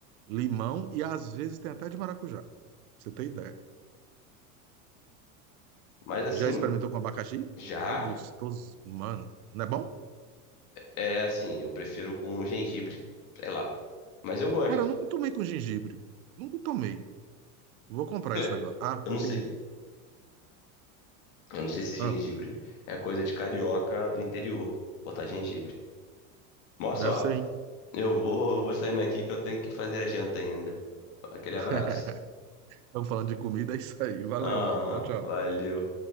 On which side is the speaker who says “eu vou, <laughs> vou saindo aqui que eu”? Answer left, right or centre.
Left